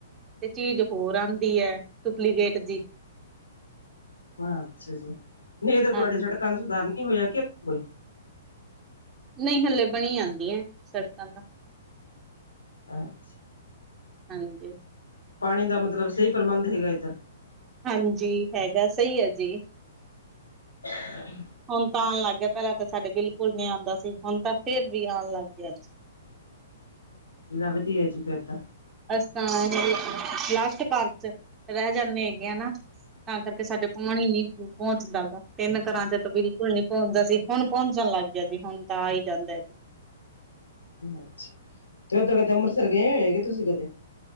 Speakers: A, on the right (about 20°); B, on the left (about 80°).
A: ਤੇ ਚੀਜ਼ ਹੋਰ ਆਂਦੀ ਹੈ ਡੁਪਲੀਕੇਟ ਜੇਹੀ
B: ਅੱਛਾ ਜੀ ਨਹੀਂ ਇਧਰ
A: ਹਾਂਜੀ
B: ਤੁਹਾਡੇ ਸੜਕਾਂ ਨੂੰ ਸੁਧਾਰ ਨਹੀਂ ਹੋਇਆ ਕਿ ਕੋਈ
A: ਨਹੀਂ ਹਲੇ ਬਣੀ ਜਾਂਦੀਆਂ ਸੜਕਾਂ ਤਾਂ
B: ਅੱਛਾ
A: ਹਾਂਜੀ
B: ਪਾਣੀ ਦਾ ਮਤਲਬ ਸਹੀ ਪ੍ਰਬੰਧ ਹੈਗਾ ਇੱਧਰ
A: ਹਾਂਜੀ ਹੈਗਾ ਸਹੀ ਹੈ ਜੀ।
B: <unintelligible>
A: ਹੁਣ ਤਾਂ ਆਉਣ ਲੱਗ ਗਿਆ ਪਹਿਲਾਂ ਤਾਂ ਸਾਡੇ ਬਿਲਕੁਲ ਨੀ ਆਉਂਦਾ ਸੀ ਹੁਣ ਤਾਂ ਫਿਰ ਵੀ ਆਉਣ ਲੱਗ ਗਿਆ।
B: ਲਾ ਵਧੀਆ ਜੀ ਫੇਰ ਤਾਂ
A: ਅਸੀ ਤਾਂ ਲਾਸ਼ਟ ਘਾਰ 'ਚ ਰਹਿ ਜਾਂਦੇ ਹੈਗੇ ਨਾ। ਤਾਂ ਕਰਕੇ ਸਾਡੇ ਪਾਣੀ ਹੀ ਨਹੀਂ ਪਹੁੰਚਦਾ ਵਾ। ਤਿੰਨ ਘਰਾਂ 'ਚ ਤਾਂ ਬਿਲਕੁਲ ਨੀ ਪਹੁੰਚਦਾ ਸੀ ਹੁਣ ਪਹੁੰਚਣ ਲੱਗ ਗਿਆ ਜੀ ਹੁਣ ਤਾਂ ਆ ਹੀ ਜਾਂਦਾ।
B: ਅੱਛਾ ਤੇ ਉੱਧਰ ਕਦੇ ਅੰਮ੍ਰਿਤਸਰ ਗਏ ਹੋਏ ਹੈਗੇ ਤੁਸੀਂ ਕਦੇ